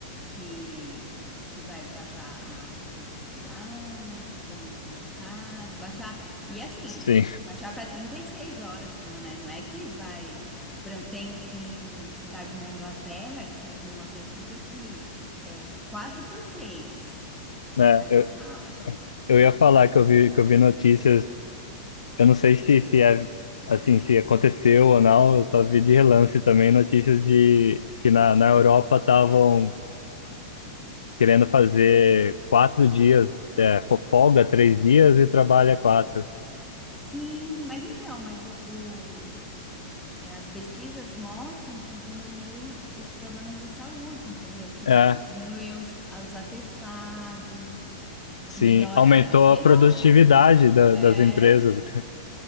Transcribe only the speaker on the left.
Sim.
Né,
eu, eu ia falar que eu vi, que eu vi notícias, eu não sei se, se é assim, se aconteceu ou não, eu só vi de relance também notícias de que na, na Europa estavam querendo fazer quatro dias, é, fo- folga três dias e trabalha quatro.
É,
Sim,
aumentou
a produtividade da-
das empresas. <laughs>